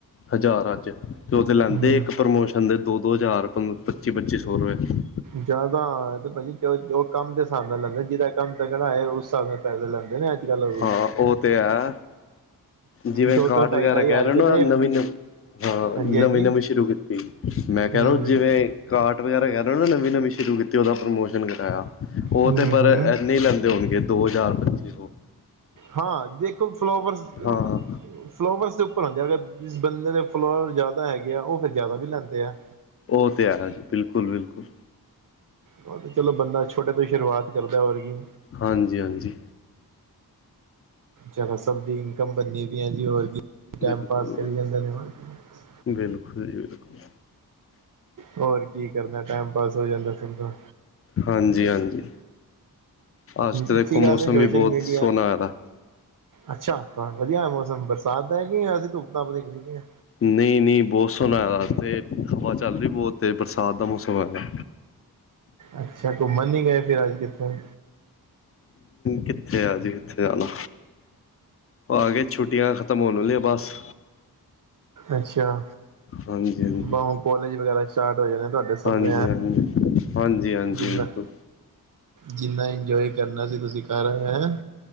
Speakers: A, on the left (about 35°); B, on the right (about 55°).
A: ਹਜ਼ਾਰਾਂ 'ਚੱ ਤੇ ਉਹ ਤੇ ਲੈਂਦੇ
B: ਹੂੰ
A: ਇੱਕ ਪ੍ਰਮੋਸ਼ਨ ਦੇ ਦੋ-ਦੋ ਹਜ਼ਾਰ ਪਨ ਪੱਚੀ ਪੱਚੀ ਸੌ ਰੁਪਏ।
B: ਜ਼ਿਆਦਾ ਆ ਤੇ ਭਾਜੀ ਉਹ ਕੰਮ ਦੇ ਹਿਸਾਬ ਨਾਲ ਲੈਂਦੇ ਜਿਹਦਾ ਕੰਮ ਤਾਂ ਤਗੱੜਾ ਹੈਏ ਉਸ ਹਿਸਾਬ ਨਾਲ ਪੈਸੇ ਲੈਂਦੇ ਨੇ ਅੱਜ ਕੱਲ੍ਹ ਉਹ ਵੀ
A: ਹਾਂ ਉਹ ਤੇ ਹੈ ਜਿਵੇਂ
B: ਦੋ
A: ਕਾਰਟ
B: ਦੋ ਢਾਈ
A: ਵਗੈਰਾ
B: ਢਾਈ
A: ਕਹਿ
B: ਹਜ਼ਾਰ
A: ਲੋ
B: ਰੁਪਏ
A: ਨਾ
B: ਤੇ
A: ਨਵੀਂ-ਨਵੀਂ ਹਾਂ
B: ਹਾਂਜੀ
A: ਨਵੀਂ
B: ਹਾਂਜੀ
A: ਨਵੀਂ ਸ਼ੁਰੂ ਕੀਤੀ ਮੈਂ ਕਹਿ
B: ਹੂੰ
A: ਰਹੇ ਜਿਵੇਂ ਕਾਰਟ ਵਗੈਰਾ ਕਹਿ ਰਹੇ ਨਾ ਨਵੀਂ ਨਵੀਂ ਸ਼ੁਰੂ ਕੀਤੀ ਉਹਦਾ ਪ੍ਰਮੋਸ਼ਨ ਕਰਇਆ।
B: ਹੂੰ।
A: ਪਰ
B: ਹੂੰ
A: ਇੰਨੇ ਲੈਂਦੇ ਹੋਣਗੇ ਦੋ ਹਜ਼ਾਰ ਪੱਚੀ ਸੋ
B: ਹਾਂ ਦੇਖੋ ਫਲੋਵਰਸ
A: ਹਾਂ
B: ਫਲੋਵਰਸ ਉਪ ਪਰ ਹੂੰਦੇ ਅਗਰ ਜਿਸ ਬੰਦੇ ਦੇ ਫਲੋਅਰ ਜ਼ਿਆਦਾ ਹੈਗੇ ਆ ਉਹ ਫਿਰ ਜ਼ਿਆਦਾ ਵੀ ਲੈਂਦੇ ਆ।
A: ਉਹ ਤੇ ਹੈ ਜੀ ਬਿਲਕੁੱਲ-ਬਿਲਕੁੱਲ
B: ਉਹ ਤੇ ਚਲੋ ਬੰਦਾ ਛੋਟੇ ਤੋਂ ਹੀ ਸ਼ੁਰੂਆਤ ਕਰਦਾ ਹੋਰ ਕੀ
A: ਹਾਂਜੀ-ਹਾਂਜੀ
B: ਜਰਾ ਸਭ ਦੀ ਇਨਕਮ ਬਨਦੀ ਐ ਜੀ ਹੋਰ ਕੀ ਟਾਈਮ
A: ਬਿਲਕੁਲ
B: ਪਾਸ ਕਰੀ ਜਾਂਦੇ ਨੇ ਬਸ
A: ਬਿਲਕੁਲ ਜੀ ਬਿਲਕੁਲ
B: ਹੋਰ ਕੀ ਕਰਨਾ ਟਾਈਮ ਪਾਸ ਹੋ ਜਾਂਦਾ ਸਭ ਦਾ
A: ਹਾਂਜੀ-ਹਾਂਜੀ, ਅੱਜ ਤਾਂ
B: ਅੱਛੀ
A: ਦੇਖੋ ਮੌਸਮ
B: ਗੱਲ ਹੈ ਸੋਸ਼ਲ
A: ਵੀ ਬਹੁਤ
B: ਮੀਡੀਆ
A: ਸੋਹਣਾ ਹੈਗਾ,
B: ਅੱਛਾ, ਵਧੀਆ ਮੌਸਮ ਬਰਸਾਤ ਹੈਗੀ, ਅਸੀਂ ਧੁੱਪ ਧਾਪ ਦਿਖਦੀ ਹਾਂ।
A: ਨਹੀਂ- ਨਹੀਂ ਬਹੁਤ ਸੋਹਣਾ ਹੈ ਤੇ ਅੱਜ ਹਵਾ ਚੱਲ ਰਹੀ ਬਹੁਤ ਤੇ ਬਰਸਾਤ ਦਾ ਮੌਸਮ ਹੈਗਾ
B: ਅੱਛਾ ਘੁੰਮਣ ਨਹੀਂ ਗਏ ਫਿਰ ਅਜ ਕਿਤੇ,
A: ਕਿੱਥੇ ਆਜੀ ਕਿੱਥੇ ਜਾਣਾ। ਆ ਗਏ, ਛੁੱਟੀਆਂ ਖ਼ਤਮ ਹੋਣ ਵਾਲੀਆ ਬਸ
B: ਅੱਛਾ,
A: ਹਾਂਜੀ ਹਾਂਜੀ
B: ਬਸ ਹੁਣ ਕਾਲਜ ਵਗੈਰਾ ਸਟਾਰਟ ਹੋ ਜਾਣੇ, ਤੁਹਾਡੇ ਸਬਜ਼
A: ਹਾਂਜੀ ਹਾਂਜੀ ਹਾਂਜੀ ਹਾਂਜੀ
B: ਜਿੰਨਾ
A: ਬਿਲਕੁਲ
B: ਜਿੰਨਾ ਇੰਜੋਏ ਕਰਨਾ ਸੀ ਤੁਸੀਂ ਕਰ ਆਏ ਹੈੰ